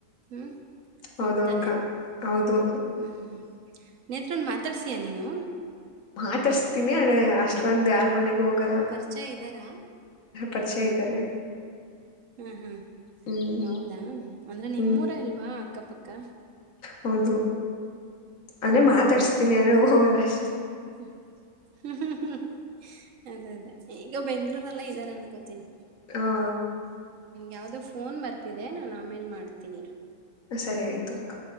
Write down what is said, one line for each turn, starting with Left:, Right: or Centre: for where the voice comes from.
Right: ಹ್ಮ ಹೌ
Left: ಹೌದು
Right: ತಾನೆ
Left: ಅಕ್ಕ ಹೌದು
Right: ಹ್ಮ ಹ ನೇತ್ರನ ಮಾತಾಡ್ಸಿಯಾ ನೀನು
Left: ಆ ತರಿಸ್ತೀನಿ ಅದ ಅಷ್ಟ ಚಂದ್ ಯಾರ್ ಮನೆಗ ಹೋಗಲ್ಲ
Right: ಪರಿಚಯ ಇದ್ದಾರಾ?
Left: ಪರಿಚಯ ಇದ್ದಾರೆ
Right: ಹ್ಮ್ ಹ್ಮ್
Left: ಹ್ಮ್
Right: ಹೌದಾ ಅಂದ್ರೆ ನಿಮ್ಮೂರ
Left: ಹ್ಮ್
Right: ಅಲ್ವಾ ಅಕ್ಕಪಕ್ಕ ಕ <inaudible>
Left: ಹೌದು ಅನೆೇ ಮಾತಾಡಸ್ತೀನಿ ಅದೇ ಹೋಗಲ್ಲ ಅಷ್ಟ
Right: ಹ್ಮ ಹ್ಮ ಹ್ಮ ಅದೇ ಅದೇ ಈಗ ಬೆಂಗ್ಳೂರೆಲ್ಲ ಇದಾರೆ ಅನ್ಕೋತ ತಿನ್
Left: ಹಾ
Right: ಯಾವ್ದೋ ಫೋನ್ ಬರ್ತಿದೆ ನಾನ್ ಆಮೇಲ್ ಮಾಡ್ತೀನಿ
Left: ಸರಿಯ್ತೋಕ